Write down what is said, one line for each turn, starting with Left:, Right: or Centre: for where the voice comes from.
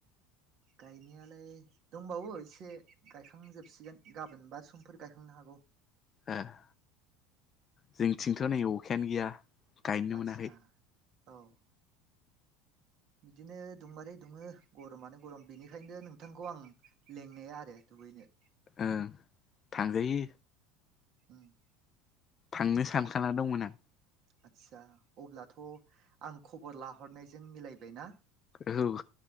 Right: गायनायालाय दंबावो एसे गायखांजोबसिगोन गाबोन बा समफोर गायखांनो हागौ।
Left: आह जोंनिथिंथ' नै अखायानो गैया। गायनोनो
Right: आतसा
Left: मोनाखै
Right: औ। बिदिनो दुंबाथाय दुङो गरमानो गरम बेनिखायनो नोंथांखौ आं लेंनाया आरो दुगैनो
Left: ओं थांजायो
Right: ओम
Left: थांनो सानखाना दंमोन आं।
Right: आदसा अब्लाथ' आं खबर लाहरनायजों मिलायबाय ना?
Left: औ